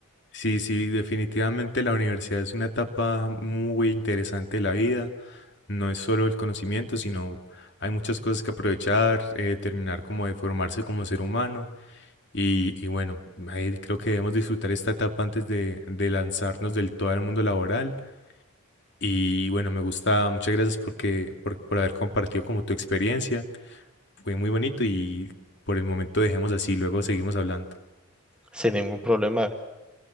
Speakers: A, on the left; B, in the centre.
A: Sí, sí, definitivamente la universidad es una etapa muy interesante de la vida. No es solo el conocimiento, sino hay muchas cosas que aprovechar, eh, terminar como de formarse como ser humano. Y, y bueno, ahí creo que debemos disfrutar esta etapa antes de, de lanzarnos del todo al mundo laboral Y bueno, me gusta, muchas gracias porque, por, por haber compartido como tu experiencia. Fue muy bonito y por el momento dejemos así, luego seguimos hablando.
B: sin ningún problema.